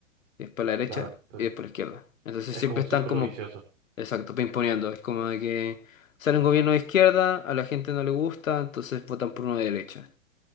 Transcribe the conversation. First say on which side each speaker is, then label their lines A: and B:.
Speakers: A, on the left; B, on the right.
A: y después la derecha
B: claro, estoy-
A: y después la izquierda. Entonces
B: es
A: siempre
B: como un
A: están
B: círculo
A: como,
B: vicioso.
A: exacto, pimponeando. Es como de que sale un gobierno de izquierda, a la gente no le gusta, entonces votan por uno de derecha.